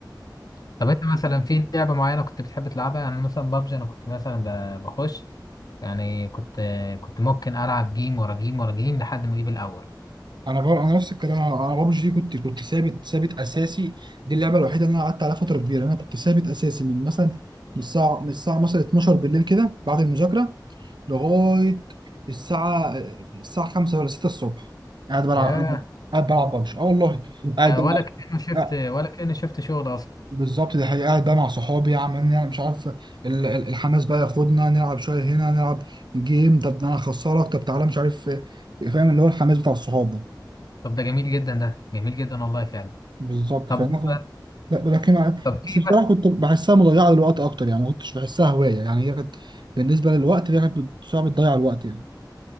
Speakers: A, on the left; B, on the right.
A: طب انت مثلا في لعبه معينه كنت بتحب تلعبها يعني مثلا بابجي انا كنت مثلا ب- بخش يعني كنت كنت ممكن العب جيم ورا جيم ورا جيم لحد ما اجيب الاول
B: انا بر... انا نفس الكلام انا انا ببجي دي كنت كنت ثابت ثابت اساسي دي اللعبه الوحيده اللي انا قعدت عليها فتره كبيره انا كنت ثابت اساسي من مثلا من الساعه من الساعه مثلا 12 بالليل كده بعد المذاكره لغايه الساعه الساعه 5 ولا 6 الصبح قاعد بلعب
A: ياه
B: قاعد قاعد بلعب ببجي اه والله قاعد
A: آه،
B: بلعب
A: ولا كأنه شفت
B: آه،
A: ولا كأني شفت شغل اصلا
B: بالظبط دي حقيقة قاعد بقى مع صحابي عمالين يعني مش عارف ال- ال- الحماس بقى ياخدنا نلعب شويه هنا نلعب جيم طب ده انا هخسرك طب تعالى مش عارف إيه. فاهم اللي هو الحماس بتاع الصحاب ده
A: طب ده جميل جدا ده جميل جدا والله فعلا
B: بالظبط
A: طب
B: فاهم ف- لا بلاكيم عادي
A: طب
B: بس
A: في
B: بصراحه كنت بحسها مضيعه للوقت اكتر يعني ما كنتش بحسها هوايه يعني هي كانت بالنسبه للوقت هي كانت بت- صعب تضيع الوقت يعني